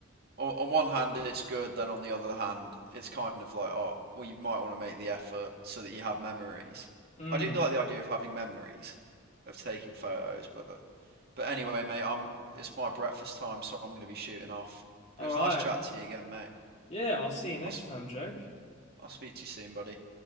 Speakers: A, on the right; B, on the left.
A: on, on one hand it's good, then on the other hand it's kind of like oh well you might want to make the effort so that you have memories.
B: Mm,
A: I do like the idea of having memories of taking photos, but but anyway, mate, I'm it's my breakfast time, so I'm going to be shooting off. But
B: all
A: it was
B: right.
A: nice chat to you again, mate.
B: Yeah, I'll see you next
A: I'll i
B: time, Jake.
A: I'll speak to you soon, buddy.